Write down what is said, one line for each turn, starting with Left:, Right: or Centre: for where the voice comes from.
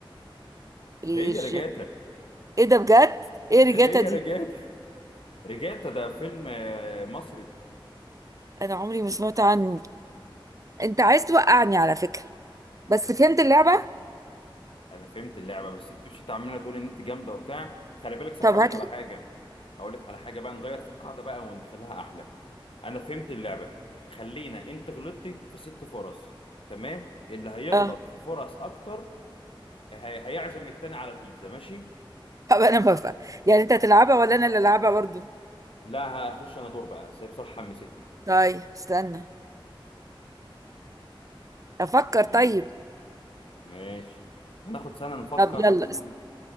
Right: ريج
Left: هي رجعتها
Right: ايه ده بجد
Left: <laughs>
Right: ايه ريجاتا
Left: هي
Right: دي
Left: رجعت رجعت ده فيلم آه، مصري
Right: انا عمري ما سمعت عنه انت عايز توقعني على فكرة بس فهمت اللعبة
Left: انا فهمت اللعبه بس انت مشيت عماله تقول ان انت جامده وبتاع خلي بالك صح
Right: طب
Left: هقول
Right: هات
Left: لك على
Right: لي
Left: حاجه هقول لك على حاجه بقى نغير في القاعده بقى ونخليها احلى انا فهمت اللعبه خلينا انت غلطتي في ست فرص تمام اللي هيغلط
Right: اه
Left: في فرص اكتر هي... هيعزم التاني على بيتزا ماشي
Right: طب انا بفهم يعني انت هتلعبها ولا انا اللي العبها برضو
Left: لا هخش انا دور بقى بس هي بصراحه حمستني
Right: طيب استنى افكر
Left: ليلته
Right: طيب
Left: ماشي هناخد سنه نفكر
Right: طب يلا
Left: ما تقولي
Right: است-